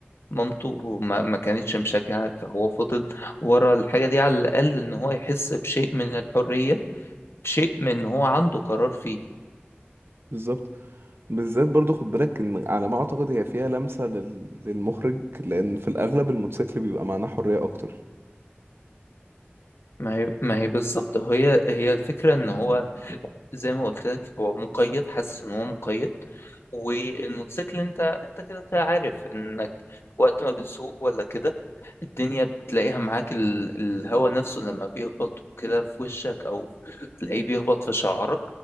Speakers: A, on the left (about 80°); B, on the right (about 70°).
A: مامته ما, ما كانتش مشجعة فهو فضل ورا الحاجة دي على الأقل ان هو يحس بشيء من الحرية شيء من ان هو عنده قرار فيه
B: بالظبط بالذات برضو خد بالك ان على ما اعتقد هي فيها لمسة لل... للمخرج لان في الاغلب الموتوسيكل بيبقى معناه حرية اكتر
A: ما هي ما هي بالظبط هي هي الفكرة ان هو زي ما قلت لك هو مقيد حاسس ان هو مقيد والموتوسيكل انت انت كده كده عارف انك وقت ما بتسوق ولا كده الدنيا بتلاقيها معاك ال... الهوا نفسه لما بيخبط كده في وشك او تلاقيه بيخبط في شعرك